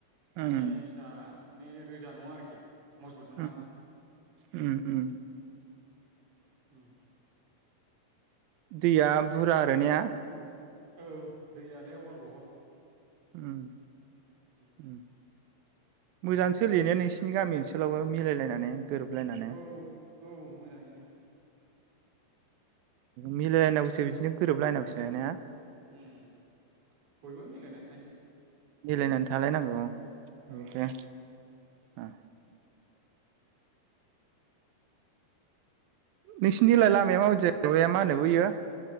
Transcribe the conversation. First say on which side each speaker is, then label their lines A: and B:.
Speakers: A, on the right; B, on the right.
A: माने
B: उम
A: फिसा माने रोजा नङा आरोखि। मजबुत नङा
B: उ उओश उम उम
A: उम
B: दैया बुरजा आरो ने?
A: औ दैयालाय अहल बहल।
B: ओं
A: उम
B: उ मोजां सोलिनाया नोंसिनि गामि ओनसोलावबो मिलायलायनानै। गोरोबलायनानै
A: औ औ मोजाङैनो।
B: मिलायलायनांगौसो बिदिनो गोरोबलायनांगौसो ने।
A: ओम बयबो मिलायनानै थायो।
B: मिलायनानै थालायनांगौ।
A: औ
B: ओ दे। ओ नोंसिथिलाय लामाया माबादि माबाया मा होनोबो बियो